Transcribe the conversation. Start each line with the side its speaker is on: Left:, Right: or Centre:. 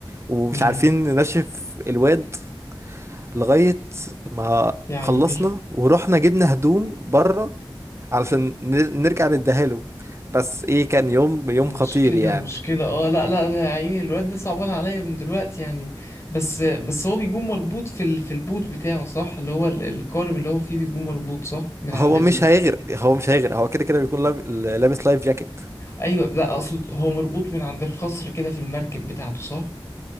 Right: ومش
Left: مم.
Right: عارفين ننشف الواد لغاية ما
Left: يا عيني
Right: خلصنا ورحنا جبنا هدوم بره علشان نر- نرجع نديها له بس ايه كان يوم يوم
Left: مشكلة
Right: خطير يعني
Left: مشكلة اه لا لا ده يا عيني الواد ده صعبان عليا من دلوقتي يعني بس بس هو بيكون مربوط في ال... في البوت بتاعه صح اللي هو ال- القارب اللي هو فيه بيكون مربوط صح من عند
Right: هو مش هيغرق هو مش هيغرق هو كده كده بيكون لاب- لابس لايف جاكيت
Left: ايوه لا اقصد هو مربوط من عند الخصر كده في المركب بتاعته صح